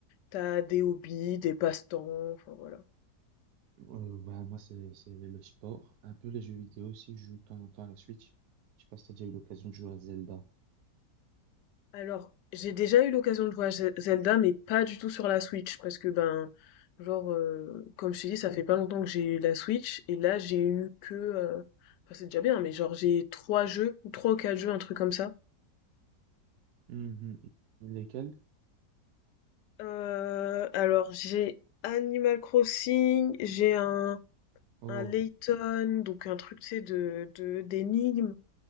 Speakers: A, on the left (about 85°); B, on the right (about 70°).
A: t'as des hobbies, des passe-temps, enfin, voilà.
B: Euh, bah, moi, c'est c'est le sport. Un peu les jeux vidéo aussi. Je joue de temps en temps à la Switch. Je sais pas si t'as déjà eu l'occasion de jouer à Zelda.
A: Alors, j'ai déjà eu l'occasion de jouer à Ze- Zelda, mais pas du tout sur la Switch, parce que ben, genre, euh, comme je t'ai dit, ça fait pas longtemps que j'ai eu la Switch, et là j'ai eu que, euh, enfin c'est déjà bien, mais genre j'ai trois jeux, ou trois ou quatre jeux, un truc comme ça.
B: Mhm. Lesquels?
A: Euh, alors j'ai Animal Crossing, j'ai un
B: Oh.
A: un Layton, donc un truc tu sais de de d'énigmes,